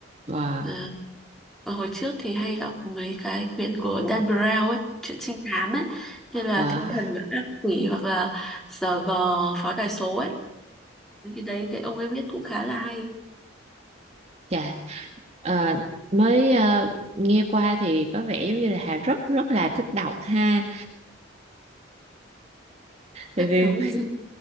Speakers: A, on the right; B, in the centre.
A: Wow,
B: Ờ, và hồi trước thì hay đọc mấy cái quyển của Dan Brown ấy, truyện trinh thám ấy, như là
A: wow.
B: Thiên thần và ác quỷ hoặc là SG pháo đài số ấy. Những cái đấy cái ông ấy viết cũng khá là hay.
A: Chà, ờ, mới ờ, nghe qua thì có vẻ giống như là Hà rất rất là thích đọc ha. Tại vì
B: Đúng. rồi.